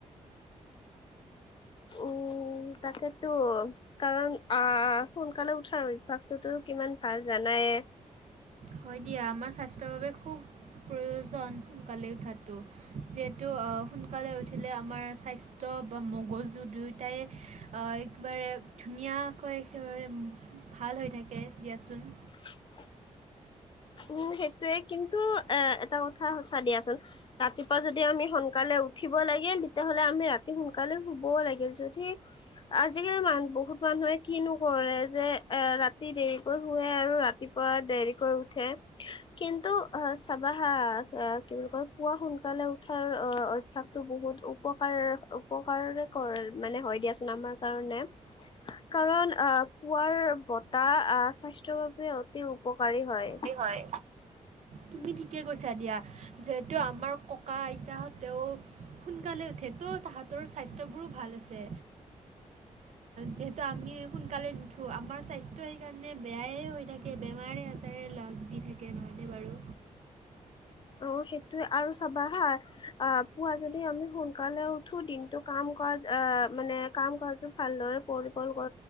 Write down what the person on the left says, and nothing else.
ও উ তাকেতো কাৰণ আহ সোনকালে উঠাৰ অভ্যাসটোতো কিমান ভাল জানাই তে
হয়। উম', সেইটোয়ে কিন্তু এ এটা কথা সঁচা দিয়াচোন ৰাতিপুৱা যদি আমি সোনকালে উঠিব লাগিল তেতিয়াহ'লে আমি ৰাতি সোনকালে শুব লাগিল যদি আজিকালি মান বহুত মানুহে কিনো কৰে যে এ ৰাতি দেৰিকৈ শুৱে আৰু ৰাতি পুৱা দেৰিকৈ উ উঠে কিন্তু আহ চাবাহা কি বুলি কয় পুৱা সোনকালে উঠাৰ অহ অভ্যাসটো বহুত উপকাৰ উপকাৰ কৰে মানে হয় দিয়াচোন আমাৰ কাৰণে কাৰণ অ পুৱাৰ বতাহ আহ স্বাস্থ্যৰ বাবে অতি উপকাৰী হয়
অ সেইটোয়ে আৰু চাবা হা আ পুৱা যদি আমি সোনকালে উঠো দিনটো কাম কৰা আহ মানে কাম কাজো ভালদৰে পৰিকল্প